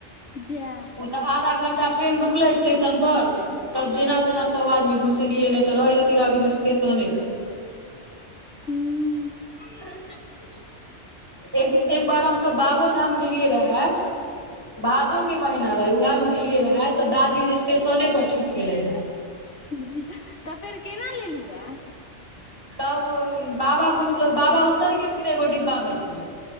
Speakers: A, on the left; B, on the right.
A: जा
B: उ तऽ आधा घण्टा ट्रेन रुकलै स्टेशन पर तब जेना तेना सभ आदमी घुसलियै नय तऽ रहि जैतै रहै आदमी स्टेशने पर
A: हूँ
B: <inaudible> एक दिन एक बार हमसब बाबो धाम गेलियै रहे भादो के महीना रहे उएहे मे गेलियै रहे तऽ दादी स्टेशने पर छुटि गेलै रहे
A: ज तऽ फेर केना लेलही रहे
B: तब बाबा घुसलो बाबा उतर गेलखिन एगो डिब्बा मे से